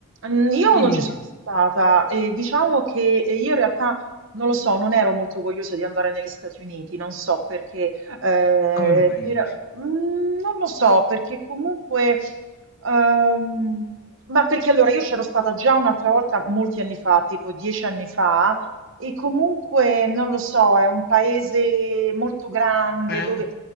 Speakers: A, on the right (about 60°); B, on the left (about 45°).
A: Mm, Io
B: Dimmi,
A: non ci
B: dimmi,
A: sono stata e diciamo che eh, io in realtà non lo so, non ero molto vogliosa di andare negli Stati Uniti, non so perché, eh,
B: come mai?
A: per- mm, non lo so perché comunque, ehm, ma perché allora io c'ero stata già un'altra volta molti anni fa, tipo dieci anni fa, e comunque, non lo so, è un paese molto grande
B: Eh,
A: dove